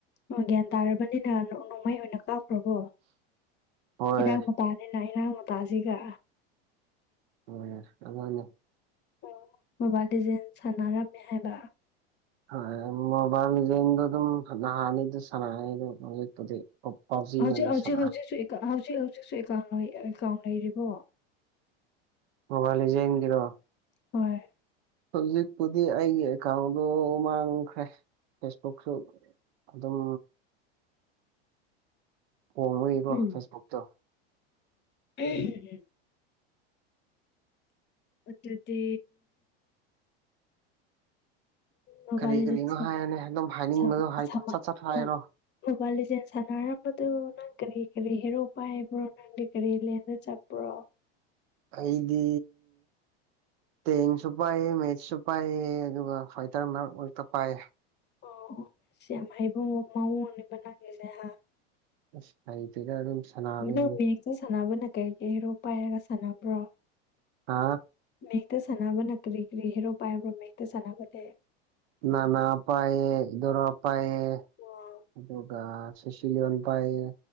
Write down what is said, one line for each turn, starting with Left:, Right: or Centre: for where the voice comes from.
Left: ꯑꯣ ꯒ꯭ꯌꯥꯟ ꯇꯥꯔꯕꯅꯤꯅ ꯅꯣ ꯅꯣꯡꯃꯩ ꯑꯣꯏꯅ ꯀꯥꯞꯈ꯭ꯔꯕꯣ
Right: ꯍꯣꯏ
Left: ꯏꯔꯥꯡ ꯃꯇꯥꯅꯤꯅ ꯏꯔꯥꯡ ꯃꯇꯥꯁꯤꯒ
Right: <unintelligible> ꯑꯃꯅꯦ
Left: ꯑꯣ ꯃꯣꯕꯥꯏꯜ ꯂꯤꯖꯦꯟ ꯁꯥꯟꯅꯔꯝꯃꯦ ꯍꯥꯏꯕ
Right: ꯍꯣꯏ ꯃꯣꯕꯥꯏꯜ ꯂꯤꯖꯦꯟꯗꯣ ꯑꯗꯨꯝ ꯅꯍꯥꯟꯅꯤꯗ ꯁꯥꯟꯅꯩ ꯑꯗꯨ ꯍꯧꯖꯤꯛꯄꯨꯗꯤ ꯄꯕꯖꯤ
Left: ꯍꯧꯖꯤꯛ
Right: ꯑꯣꯏꯅ
Left: ꯍꯧꯖꯤꯛ
Right: ꯁꯥꯟꯅꯩ
Left: ꯍꯧꯖꯤꯛꯁꯨ ꯍꯧꯖꯤꯛ ꯍꯧꯖꯤꯛꯁꯨ ꯑꯦꯀꯥꯎꯟ ꯅꯣꯏ ꯑꯦꯀꯥꯎꯟ ꯂꯩꯔꯤꯕꯣ
Right: ꯃꯣꯕꯥꯏꯜ ꯂꯤꯖꯦꯟ ꯒꯤꯔꯣ
Left: ꯍꯣꯏ
Right: ꯍꯧꯖꯤꯛꯄꯨꯗꯤ ꯑꯩꯒꯤ ꯑꯦꯀꯥꯎꯟꯗꯣ ꯃꯥꯡꯈ꯭ꯔꯦ ꯐꯦꯁꯕꯨꯛꯁꯨ ꯑꯗꯨꯝ ꯍꯣꯡꯕꯩꯀꯣ
Left: ꯎꯝ
Right: ꯐꯦꯁꯕꯨꯛꯇꯣ
Left: ꯎꯝ ꯑꯗꯨꯗꯤ ꯃꯣꯕꯥꯏꯜ
Right: ꯀꯔꯤ
Left: ꯂꯤꯖꯦꯟ
Right: ꯀꯔꯤꯅꯣ
Left: ꯁꯥꯟ-
Right: ꯍꯥꯏꯌꯨꯅꯤ ꯑꯗꯨꯝ ꯍꯥꯏꯅꯤꯡꯕꯗꯣ
Left: ꯁꯥꯟ-
Right: ꯍꯥꯏꯌꯣ
Left: ꯁꯥꯟꯅ-
Right: ꯁꯠ ꯁꯠ ꯍꯥꯏꯔꯣ
Left: ꯃꯣ- ꯃꯣꯕꯥꯏꯜ ꯂꯤꯖꯦꯟ ꯁꯥꯟꯅꯔꯝꯕꯗꯨ ꯅꯪ ꯀꯔꯤ ꯀꯔꯤ ꯍꯦꯔꯣ ꯄꯥꯏꯕ꯭ꯔꯣ ꯅꯪ ꯅꯪꯗꯤ ꯀꯔꯤ ꯂꯦꯟꯗ ꯆꯠꯄ꯭ꯔꯣ
Right: ꯑꯩꯗꯤ ꯇꯦꯡꯁꯨ ꯄꯥꯏꯌꯦ ꯃꯦꯖꯁꯨ ꯄꯥꯏꯌꯦ ꯑꯗꯨꯒ ꯐꯥꯢꯇꯔꯅ ꯃꯔꯛ ꯃꯔꯛꯇ ꯄꯥꯏ
Left: ꯑꯣ ꯑꯣ ꯌꯥꯝ ꯍꯩꯕ ꯃꯋꯣꯡ ꯅꯦꯕ ꯅꯪꯒꯤꯁꯦ ꯍꯥ
Right: ꯑꯁ ꯍꯩꯇꯦꯗ ꯑꯗꯨꯝ ꯁꯥꯟꯅꯕꯅꯤ
Left: ꯅꯪ ꯃꯦꯖꯁꯦ ꯁꯥꯟꯅꯕꯅ ꯀꯩ ꯀꯩ ꯍꯦꯔꯣ ꯄꯥꯏꯔꯒ ꯁꯥꯟꯅꯕ꯭ꯔꯣ
Right: ꯍꯥꯥ
Left: ꯃꯦꯛꯇ ꯁꯥꯟꯅꯕꯅ ꯀ꯭ꯔꯤ ꯀ꯭ꯔꯤ ꯍꯦꯔꯣ ꯄꯥꯏꯕ꯭ꯔꯣ ꯃꯦꯛꯇ ꯁꯥꯟꯅꯕꯗꯤ
Right: ꯅꯥꯅꯥ ꯄꯥꯢꯌꯦ ꯌꯨꯗꯣꯔꯥ ꯄꯥꯏꯌꯦ
Left: ꯑꯣ
Right: ꯑꯗꯨꯒ ꯁꯤꯁꯤꯂꯤꯌꯟ ꯄꯥꯏꯌꯦ